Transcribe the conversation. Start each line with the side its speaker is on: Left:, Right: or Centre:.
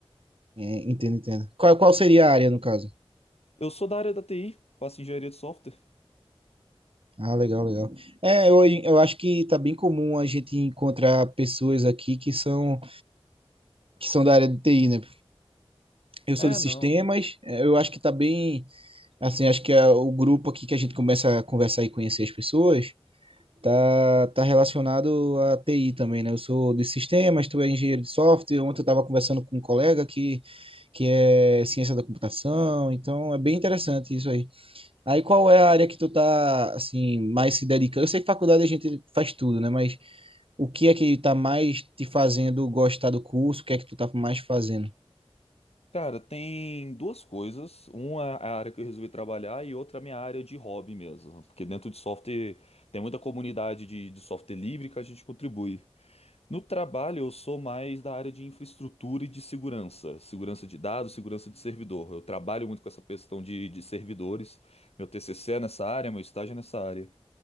Right: É, entendo, entendo. Qual, qual seria a área, no caso?
Left: <laughs> Eu sou da área da TI, faço engenharia de software.
Right: Ah, legal, legal. É, eu, eu acho que tá bem comum a gente encontrar pessoas aqui que são que são da área de TI, né? Eu
Left: É,
Right: sou de sistemas,
Left: não.
Right: eh, eu acho que tá bem Assim, acho que é o grupo aqui que a gente começa a conversar e conhecer as pessoas tá, tá relacionado à TI também, né? Eu sou de sistemas, tu é engenheiro de software. Ontem eu estava conversando com um colega que, que é ciência da computação, então é bem interessante isso aí. Aí qual é a área que tu tá, assim, mais se dedicando? Eu sei que faculdade a gente faz tudo, né? Mas o que é que tá mais te fazendo gostar do curso? O que é que tu tá mais fazendo?
Left: Cara, tem duas coisas. Uma é a área que eu resolvi trabalhar e outra é a minha área de hobby mesmo. Porque dentro de software tem muita comunidade de, de software livre que a gente contribui. No trabalho, eu sou mais da área de infraestrutura e de segurança. Segurança de dados, segurança de servidor. Eu trabalho muito com essa questão de, de servidores. Meu TCC é nessa área, meu estágio é nessa área.